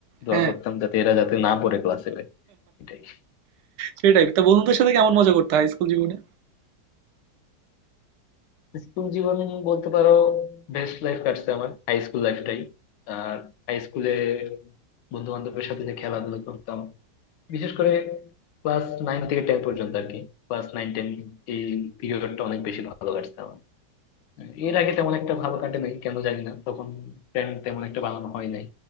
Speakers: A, on the left (about 80°); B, on the right (about 75°).
A: দোয়া
B: হ্যাঁ
A: করতাম যাতে এরা যাতে না পড়ে ক্লাসে ভাই এটাই
B: সেটাই তা বন্ধুদের সাথে কেমন মজা করতে হয় স্কুল জীবনে
A: স্কুল জীবন বলতে পারো বেস্ট লাইফ কাটছে আমার হাই স্কুল লাইফটাই আর হাই স্কুলে বন্ধু বান্ধবের সাথে যে খেলাধুলা করতাম বিশেষ করে ক্লাস নাইন থেকে টেন পর্যন্ত আর কি ক্লাস নাইন টেন এই পিরিয়ডটা অনেক বেশি ভালো কাটছে আমার এর আগে তেমন একটা ভালো কাটে নাই কেন জানি না তখন প্ল্যান তেমন একটা বানানো হয় নাই